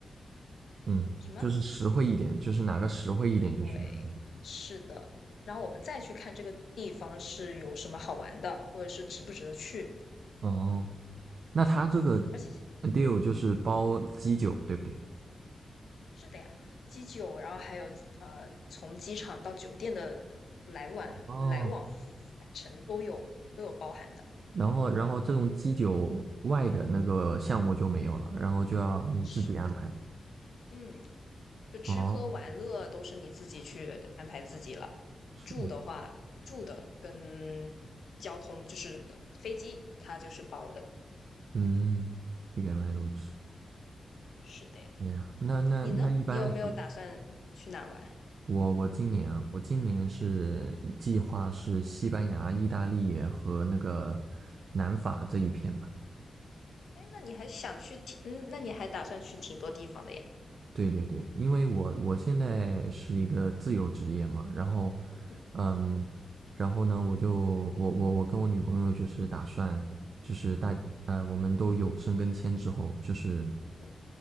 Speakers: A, on the right; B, on the left.
A: 嗯，
B: 什么？
A: 就是实惠一点，就是哪个实惠一点就去哪个。
B: 对，是的。然后我们再去看这个地方是有什么好玩的，或者是值不值得去。
A: 哦，那他这个
B: 对，而且，
A: deal
B: 嗯，
A: 就是包基酒，对不对？
B: 是的呀，机酒，然后还有呃，从机场到酒店的来往来往返程都有都有包含的。
A: 哦，然后然后这种基酒外的那个项目就没有了，然后就要你自己安排。
B: 是的，嗯，就吃喝玩乐都是你自己去安排自己了。
A: 哦，是，
B: 住的话，住的跟交通就是飞机，它就是包的。
A: 嗯，原来如此。
B: 是的呀。
A: 对呀，那那那一般什么
B: 你呢？你有没有打算去哪玩？
A: 我我今年啊，我今年是计划是西班牙、意大利和那个南法这一片吧。
B: 哎，那你还想去挺，嗯，那你还打算去挺多地方的呀。
A: 对对对，因为我我现在是一个自由职业嘛，然后，
B: 嗯
A: 嗯，然后呢，我就我我我跟我女朋友就是打算，就是大呃，我们都有申根签之后，就是
B: 嗯